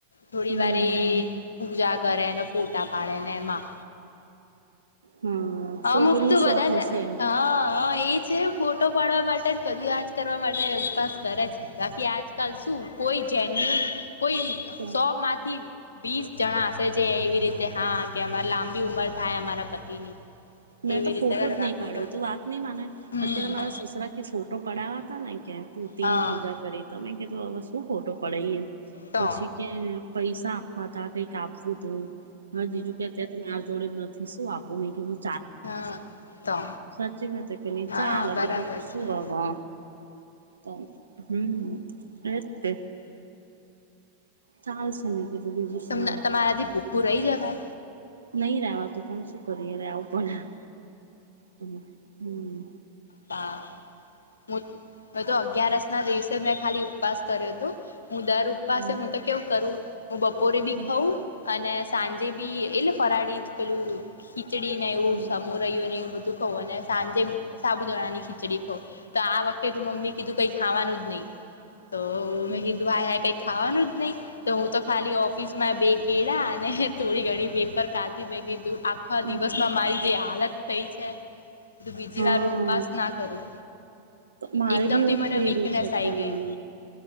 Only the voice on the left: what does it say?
થોડી
વાર એ પૂજા કરે ને ફોટા પાડે ને એમાં.
અમુક
તું
બધા જ,
હા હા એ છે ફોટો પાડવા માટે જ બધું આજ કરવા માટે ઉપાસ કરે છે બાકી આજ શું કોઈ જેન્યુન કોઈ
સો માંથી વીસ જણા હશે જે એવી રીતે હા કે અમારે લાંબી ઉંમર થાય અમારા પતિની
એવી
રીતે
કરે
બાકી
તો
હમ
હા
તો
હા તો
હા
બરાબર
છે
તમને તમારાથી ભૂખું રહી જવાય
તા, બધું અગયારસ ના દિવસ મેં ખાલી ઉપવાસ કર્યો તો. હું દર ઉપવાસે
હું તો કેવું કરું હું બપોરે બી
ખાઉં અને સાંજે બી એટલે ફરાળી જ પેલું ખીચડી ને એવું
સમોરયો ને એવું બધું કહું અને સાંજે સાબુદાણાની ખીચડી ખઉ તો આ વખતે તો મમ્મી કીધું કંઈ ખાવાનું જ નહી. તો
મેં કીધું આ કઈ ખાવાનું જ નહી તો હું તો ખાલી ઓફિસ માં બે કેળા અને થોડી ઘણી વેફર કાઢી મે કીધું આખા
દિવસમાં મારી જે હાલત થઈ છે બીજી
વાર ઉપવાસ ના કરું.
એકદમથી
મને
વીકનેસ
આઈ ગઈ.